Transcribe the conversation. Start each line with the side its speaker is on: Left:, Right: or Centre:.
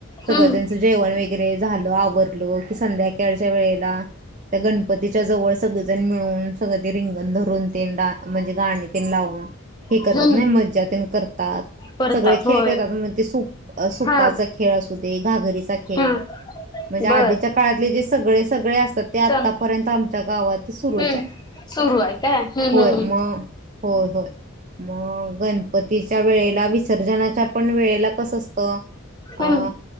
Right: सगळं
Left: हम्म
Right: त्यांचं जेवण वैगरे झालं आवरलं की, संध्याकाळच्या वेळेला त्या गणपतीच्या जवळ सगळेजण मिळून सगळं ते रिंगण धरून ते डा म्हणजे गाणी ते लावून हे
Left: हम्म
Right: करतात, नाही मज्जातन करतात
Left: करतात
Right: सगळे
Left: होय
Right: खेळ खेळतात म्ह ते सु सुप्पाचा
Left: हा
Right: खेळ असू दे घागरीचा खेळ
Left: हम्म
Right: म्हणजे आधीच्या
Left: बर
Right: काळातले, जे सगळे सगळे अस ते आतापर्यंत
Left: चल
Right: आमच्या गावात सुरूच
Left: हम्म
Right: आहे.
Left: सुरू आहे काय हम्म
Right: होय
Left: हम्म
Right: म हो होय. मग गणपतीच्या वेळेला विसर्जनाच्या पण वेळेला कसं असतं
Left: हम्म
Right: आ
Left: हम्म